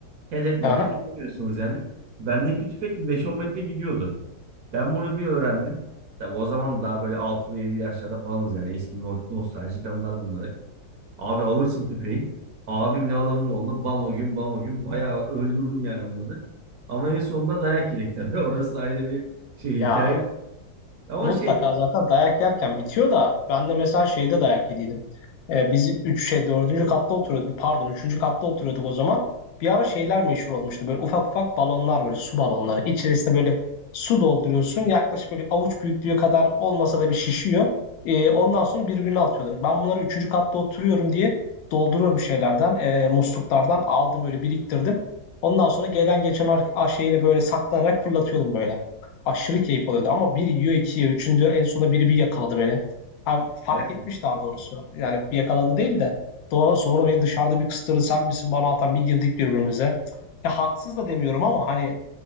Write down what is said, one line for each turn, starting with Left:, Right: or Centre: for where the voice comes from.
Right: Hedef medef
Left: Aha.
Right: yapamıyorsunuz yani. Bendeki tüfek bir beş on metre gidiyordu. Ben bunu bir öğrendim. Tabi o zaman daha böyle 6'da 7 yaşlarda falanız yani eski no- nostaljik anılar bunları. Abi alırsın tüfeği. Abimle alamın oğluna bam o gün bam o gün bayağı öldürdüm yani onları. Ama en sonunda dayak yedik tabii. <laughs> Orası ayrı bir şey
Left: Ya
Right: hikaye. Ama
Left: Mutlaka
Right: şey
Left: zaten dayak yerken bitiyor da ben de mesela şeyde dayak yediydim. Ee, biz 3 şey dördüncü katta oturuyorduk pardon üçüncü katta oturuyorduk o zaman. Bir ara şeyler meşhur olmuştu böyle ufak ufak balonlar böyle su balonları. İçerisine böyle su dolduruyorsun yaklaşık böyle avuç büyüklüğü kadar olmasa da bir şişiyor. Ee, ondan sonra birbirine atıyordun. Ben bunları üçüncü katta oturuyorum diye dolduruyorum şeylerden e, musluklardan aldım böyle biriktirdim. Ondan sonra gelen geçen ar- şeyine böyle saklanarak fırlatıyordum böyle aşırı keyif alıyordu ama bir yiyor iki yiyor. Üçüncü en sona biri bir yakaladı beni. Ha, fark
Right: dayak
Left: etmiş
Right: mı?
Left: daha doğrusu. Yani bir yakaladı değil de. Daha sonra beni dışarıda bir kıstırdı sen misin bana atan bir girdik birbirimize. Ya haksız da demiyorum ama hani